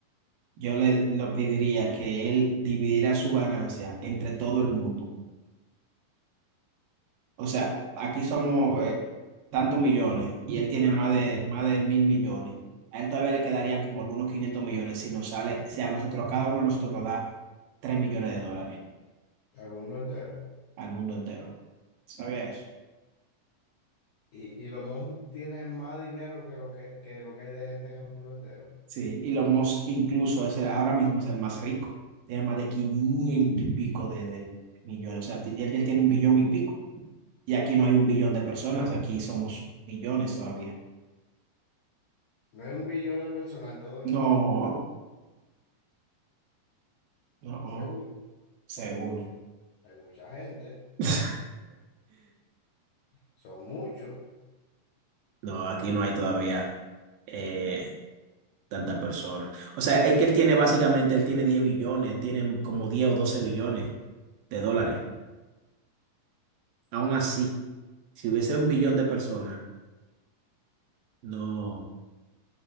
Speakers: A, on the right (about 80°); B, on the left (about 80°).
A: yo le lo pediría que él dividiera su ganancia entre todo el mundo. O sea, aquí somos eh, tantos millones y él tiene más de, más de mil millones. A él todavía le quedarían como algunos 500 millones si nos sale, si a nosotros, cada uno de nosotros nos da 3 millones de dólares
B: Al mundo entero.
A: al mundo entero. ¿Sabía eso?
B: Y, y los mods tienen más dinero que lo que, que lo que hay de gente en el mundo entero.
A: Sí, Elon Musk incluso es el- ahora mismo es el más rico. Tiene más de 500 y pico de, de millones. O sea, ti- ya él tiene un billón y pico. Y aquí no hay un billón de personas, aquí somos millones todavía.
B: No hay un billón de personas en todo el
A: No,
B: mundo entero.
A: no, no,
B: Seguro.
A: seguro.
B: Hay mucha gente.
A: <laughs>
B: Son muchos.
A: No, aquí no hay todavía eh, tantas personas. O sea, es que él tiene básicamente, él tiene 10 billones, tiene como diez o doce billones de dólares. Aún así, si hubiese un billón de personas, no.